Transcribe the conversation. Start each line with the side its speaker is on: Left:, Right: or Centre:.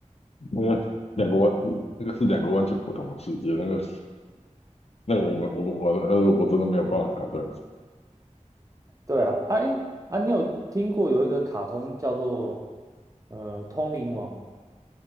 Left: 那个两个完，那个是两个完全不同的世界。那个那个我们我们我呃我真的没有办法想象。
Right: 对啊，哎啊，你有听过有一个卡通叫做呃《通灵王》吗？